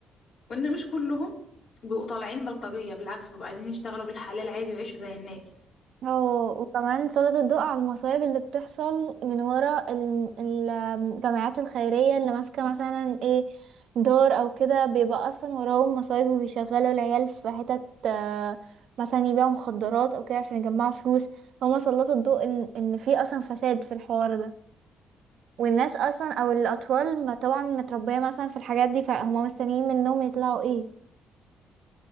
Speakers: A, on the left; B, on the right.
A: وإن مش كلهم بيبقوا طالعين بلطجية بالعكس بيبقوا عايزين يشتغلوا بالحلال عادي ويعيشوا زي الناس
B: اه وكمان سلط الضوء على المصايب اللي بتحصل من ورا ال- ال- الجمعيات الخيرية اللي ماسكة مثلا ايه دار او كده بيبقى اصلا وراهم مصايب وبيشغلوا العيال في حتت آه، مثلا يبيعوا مخدرات او كده عشان يجمعوا فلوس هما سلطوا الضوء ان ان في اصلا فساد في الحوار ده والناس اصلا او الاطفال ما طبعا متربية مثلا في الحاجات دي فهم مستنيين منهم يطلعوا ايه